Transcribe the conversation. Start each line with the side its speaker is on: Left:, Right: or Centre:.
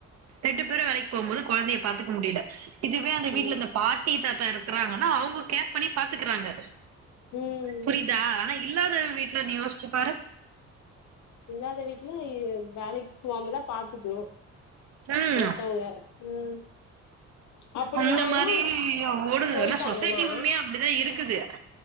Right: ரெண்டு பேரு வேலைக்கு போம்போது கொழந்தைய பாத்துக்க முடியில இதுவே அந்த வீட்ல
Left: ஆமா
Right: இந்த பாட் டி தாத்தா இருக்குறாங்கனா அவுங்க கேர் பண்ணி பாத்துக்குறாங்க
Left: ம்
Right: புரியிதா ஆனா இ இல்லாத வீட்ல நீ யோசிச்சு பாரு
Left: இல்லாத வீட்டுல வேலைக்கு சும்மா தான் பா்க்க க்கணும்
Right: ம்
Left: ஒருத்தவங்க உம் அப்படினாலும்
Right: அந்த மாரி ஓடுது
Left: போயிட்டாங்கன்னா
Right: ஆனா சொசைட்டி உண்மையா அப்டிதா இருக்குது